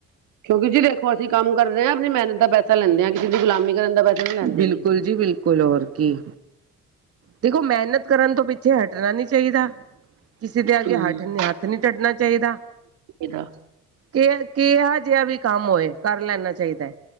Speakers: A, on the right; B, on the right.
A: ਕਿਉਂਕਿ ਜੀ ਦੇਖੋ ਅਸੀਂ ਕੰਮ ਕਰਦੇ ਆ ਆਪਣੀ ਮਿਹਨਤ ਦਾ ਪੈਸ ਲੈਂਦੇ ਆ ਕਿਸੇ ਦੀ ਗੁਲਾਮੀ ਕਰਨ ਦਾ ਪੈਸਾ ਨੀ ਲੈਂਦੇ
B: ਬਿਲਕੁਲ
A: ਅਸੀਂ।
B: ਜੀ ਬਿਲਕੁਲ ਹੋਰ ਕੀ, ਦੇਖੋ ਮਿਹਨਤ ਕਰਨ ਤੋਂ ਪਿੱਛੇ ਹਟਣਾ ਨੀ ਚਾਹੀਦਾ। ਕਿਸੇ ਦੇ ਅੱਗੇ
A: ਹੂੰ
B: ਹੱਠ ਹੱਥ ਨਹੀਂ ਅੱਡਣਾ ਚਾਹੀਦਾ।
A: ਇਹਦਾ
B: ਕਿ ਕਿ ਜਿਹਾ ਵੀ ਕੰਮ ਹੋਏ ਕਰ ਲੈਣਾ ਚਾਹੀਦਾ।